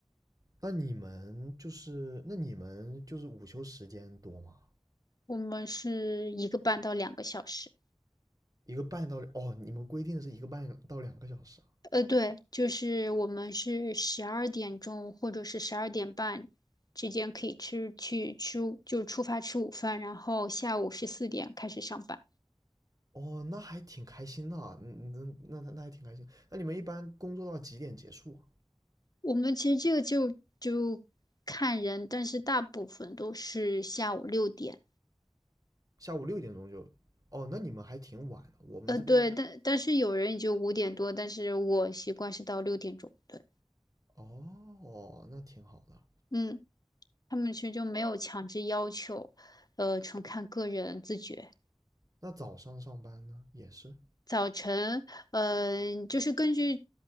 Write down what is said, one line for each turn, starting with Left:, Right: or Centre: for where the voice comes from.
Right: 那你们就是那你们就是午休时间多吗？
Left: 我们是一个半到两个小时。
Right: 一个半到哦，你们规定的是一个半到两个小时啊
Left: 呃，对，就是我们是十二点钟或者是十二点半之间可以吃去吃午就出发吃午饭，然后下午十四点开始上班。
Right: 哦，那还挺开心的啊，嗯嗯，那那那还挺开心。那你们一般工作到几点结束啊？
Left: 我们其实这个就就看人，但是大部分都是下午六点。
Right: 下午六点钟就，哦，那你们还挺晚的。我们这边，
Left: 呃，对，但但是有人也就五点多，但是我习惯是到六点钟。对，
Right: 哦，那挺好的。
Left: 嗯，他们其实就没有强制要求，呃，纯看个人自觉。
Right: 那早上上班呢，也是。
Left: 早晨，嗯、就是根据